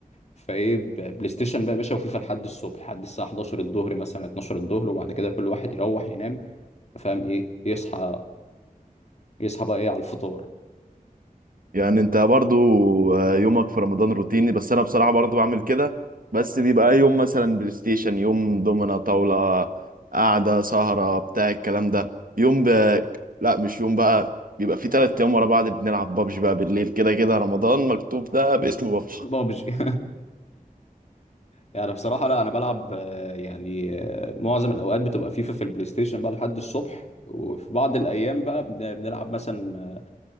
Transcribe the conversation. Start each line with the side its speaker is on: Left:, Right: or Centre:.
Left: فايه ب- بلاي ستيشن بقى يا باشا وفيفا لحد الصبح لحد الساعه 11 الظهر مثلا 12 الظهر وبعد كده كل واحد يروح ينام فاهم ايه يصحى يصحى بقى ايه على الفطار
Right: يعني انت برضو آه، يومك في رمضان روتيني بس انا بصراحة برضو بعمل كده بس بيبقى يوم مثلا بلاي ستيشن يوم دومنا طاولة قعدة سهرة بتاع الكلام ده يوم ب... لا مش يوم بقى بيبقى في تلات ايام ورا بعض بنلعب بابجي بقى بالليل كده كده رمضان مكتوب ده باسم بابجي
Left: بابجي <laughs> يعني أنا بصراحة لا أنا بلعب آه، يعني آه، معظم الأوقات بتبقى فيفا في البلاي ستيشن بقى لحد الصبح وفي بعض الأيام بقى بن- بنلعب مثلا